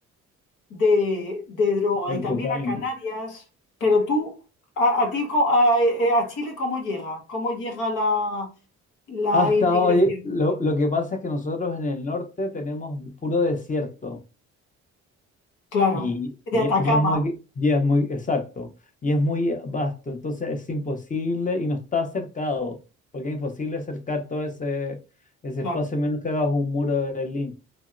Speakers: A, on the left (about 85°); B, on the left (about 25°).
A: de, de droga
B: de
A: y también
B: cocaína.
A: a Canarias. Pero tú, a, a ti, co- a, eh, a Chile, ¿cómo llega? ¿Cómo llega la, la
B: Hasta
A: inmigración?
B: hoy, lo, lo que pasa es que nosotros en el norte tenemos puro desierto.
A: Claro,
B: Y, y-
A: de Atacama,
B: e, y es Claro. muy, y es muy, exacto, y es muy vasto, entonces es imposible y no está cercado, porque es imposible acercar todo ese, ese
A: claro,
B: espacio a menos que hagas un muro de Berlín.